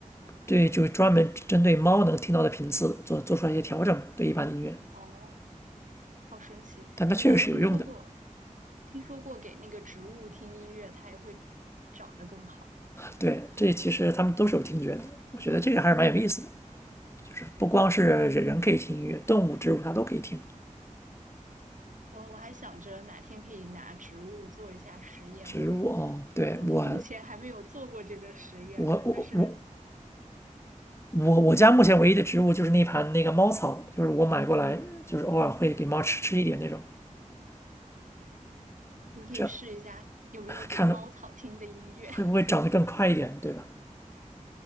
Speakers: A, on the left; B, on the right.
A: 对就是专门针对猫能听到的频次做做出来一些调整，对一般的音乐，
B: 哦。好神奇！
A: 但它确实是有用的。
B: 我还听说过，听说过给那个植物听音乐，它也会长得更好。
A: 对，这其实他们都是有听觉的，我觉得这个还是蛮有意思的。就是不光是人人可以听音乐，动物、植物它都可以听。
B: 我我还想着哪天可以拿植物做一下实验，
A: 植物哦，
B: 我
A: 对我，
B: 嗯目前还没有做过这个实验啊，
A: 我我我
B: 但是
A: 我我家目前唯一的植物就是那盘那个猫草，
B: 嗯、
A: 就是我买过来，就是偶尔会给猫吃吃一点那种，
B: 你可以试一下有没有给猫草听的音乐，
A: 这样看会不会长得更快一点，
B: <laughs>
A: 对吧？